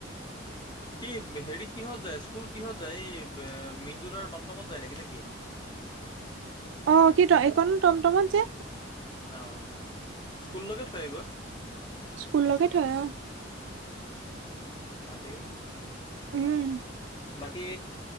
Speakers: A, on the left; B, on the right.
A: সি হেৰি কিহত যায় স্কুল কিহত যায় এই মিন্দুৰৰ টমটমত যায় নেকি নেকি
B: অ কি তম এইণো টমটমত যে
A: অ স্কুললৈকে থৈগৈ
B: স্কুললৈকে থয় অ
A: ভালেই
B: উম
A: বাকী